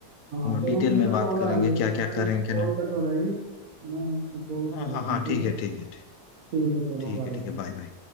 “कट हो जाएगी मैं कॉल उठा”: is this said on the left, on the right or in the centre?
Right